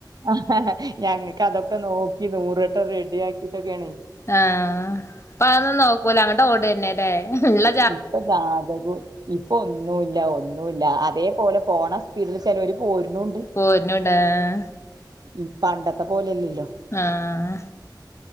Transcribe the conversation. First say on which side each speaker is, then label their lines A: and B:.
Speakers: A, on the right; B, on the left.
A: ആഹ് ഞങ്ങൾക്ക് അതൊക്കെ നോക്കി നൂറ് വെട്ടം റെഡിയാക്കിട്ടൊക്കെയാണെ
B: ആഹ് ഇപ്പ അതൊന്നും നോക്കൂല അങ്ങട്ട് ഓടെന്നെ ല്ലേഉള്ള
A: ഇപ്പൊ ജാതകും ഇപ്പൊ ഒന്നുമല്ല ഒന്നുമല്ല അതേപോലെ പോണ വീട്ടില് ചെലോര് പോരുന്നുണ്ട്
B: പോരന്നുണ്ട് ആഹ്
A: ഉം പണ്ടത്തെ പോലെല്ലല്ലോ
B: ആഹ്